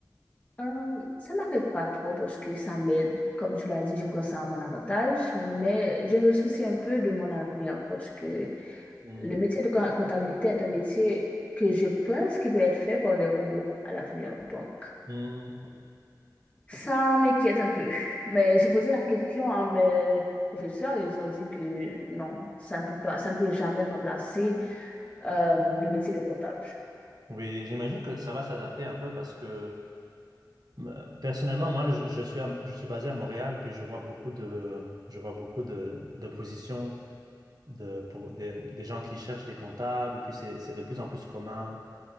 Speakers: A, on the left; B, on the right.
A: Euh, ça m'affecte pas trop parce que ça m'aide, comme tu l'as dit, je prends ça à mon avantage, mais je me soucie un peu de mon avenir parce que
B: Mm,
A: le métier de co- comptabilité est un métier que je pense qui peut être fait par des robots à l'avenir. Donc,
B: mm.
A: ça m'inquiète un peu. Mais j'ai posé la question à mes professeurs, ils ont dit que non, ça ne peut pas, ça ne peut jamais remplacer euh, le métier de comptable.
B: Oui, j'imagine que ça va s'adapter un peu parce que euh, personnellement, moi, je, je suis à- je suis basé à Montréal, puis je vois beaucoup de, je vois beaucoup de, de positions de, pour des, des gens qui cherchent des comptables, puis c'est c'est de plus en plus commun.